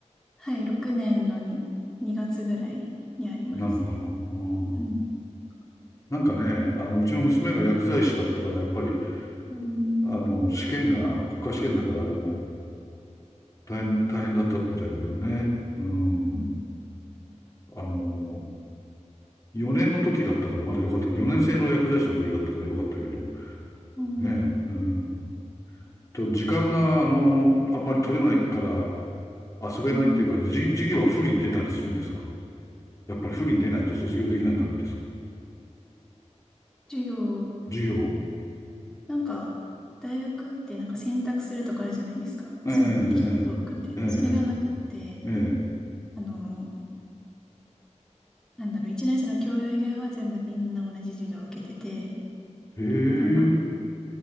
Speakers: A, in the centre; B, on the left.
A: はい、6年のに、2月ぐらいにあります。
B: なのかなう
A: うん。
B: ん。なんかね、あの、うちの娘が薬剤師だったから、やっぱり、
A: うん、
B: あの、試験が国家試験だからあれも大変、大変だったみたいだけどね。うん。
A: うん、
B: あの、4年の時だったからまだ良かったけど、4年生の薬剤師の時だったから良かったけど、
A: うん、
B: ねえ、うん。と時間が、あの、あんまり取れないから遊べないっていうか、
A: うん。
B: じ授業は不利に出たりするんですかやっぱり不利に出ないと卒業できない感じですか
A: 授業、
B: 授業。
A: なんか、大学ってなんか選択するとかあるじゃないですか。
B: ええ、
A: その、
B: ええ、
A: 履修登録みたいな。
B: ええ、
A: それがなくって、
B: ええ。え
A: あの、なんだろう、1年生の教養以外は全部みんな同じ授業を受けてて、
B: えへえ。
A: なんか、